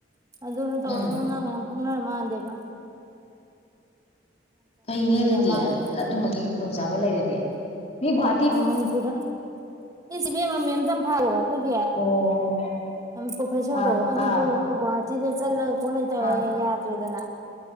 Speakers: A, on the right (about 20°); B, on the left (about 35°).
A: ꯑꯗꯨꯅ ꯇꯧꯔꯒ
B: ꯎꯝ
A: ꯑꯉꯥꯡ ꯃꯌꯥꯝ ꯄꯣꯛꯅꯔ ꯃꯥꯟꯂꯦꯕ
B: ꯐꯩꯅꯦ ꯑꯗꯨꯗꯤ
A: ꯃꯥꯜꯂꯦꯕ
B: ꯑꯗꯨꯝꯕꯒꯤ ꯈꯨꯗꯣꯡꯆꯥꯕ ꯂꯩꯔꯗꯤ ꯃꯤ ꯒꯋ꯭ꯥ
A: ꯎꯝ ꯃꯅꯤꯄꯨꯔꯗ ꯏꯁꯤꯕꯦꯝ ꯃꯦꯝꯇꯝꯐꯥꯔꯣ ꯑꯩꯈꯣꯏꯒꯤ
B: ꯑꯣ
A: ꯄ꯭ꯔꯣꯐꯦꯁꯔꯗꯣ
B: ꯑꯥ
A: ꯑꯗꯨꯗꯣ
B: ꯑꯥ
A: ꯒꯨꯍꯥꯇꯤꯗ ꯆꯠꯂꯒ ꯈꯣꯠꯂꯇꯧꯔꯦ
B: ꯑꯥ
A: ꯌꯥꯗ꯭ꯔꯦ ꯗꯔ꯭ꯦꯗꯅ